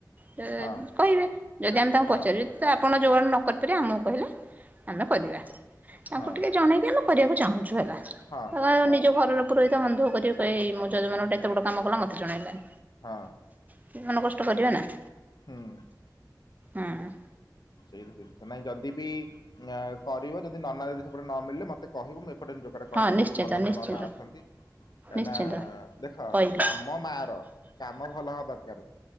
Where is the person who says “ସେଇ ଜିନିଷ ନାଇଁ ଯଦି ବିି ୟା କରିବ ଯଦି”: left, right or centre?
Left